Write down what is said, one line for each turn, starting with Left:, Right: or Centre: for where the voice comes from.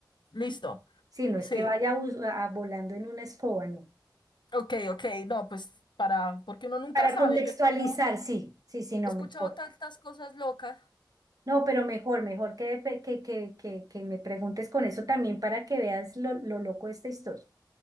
Left: listo.
Right: ¿Mm? Sí, no
Left: Sí,
Right: es que vaya us- a- volando en una escoba, no.
Left: ok, ok. No, pues para, porque uno nunca
Right: Para
Left: sabe.
Right: contextualizar,
Left: Yo he escuchado,
Right: sí, sí, sí, no,
Left: he escuchado
Right: mejor.
Left: tantas cosas locas.
Right: No, pero mejor, mejor que, pe- que, que, que, que me preguntes con eso también para que veas lo, lo loco de esta historia.